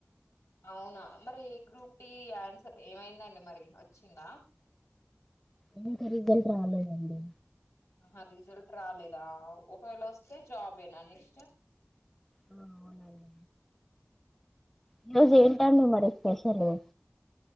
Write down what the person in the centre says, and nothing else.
ఇంక రిజల్ట్ రాలేదండి.
ఆ, అవునండి. ఈ రోజు ఏంటండి మరి స్పెషల్ ఉ